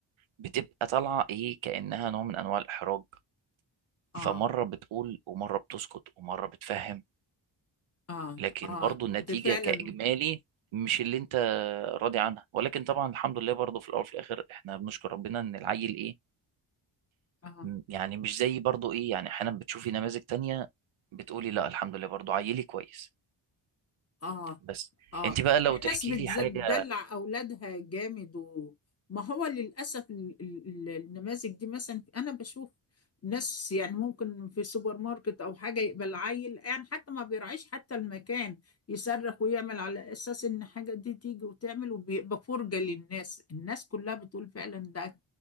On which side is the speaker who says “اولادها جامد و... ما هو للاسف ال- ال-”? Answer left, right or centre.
Left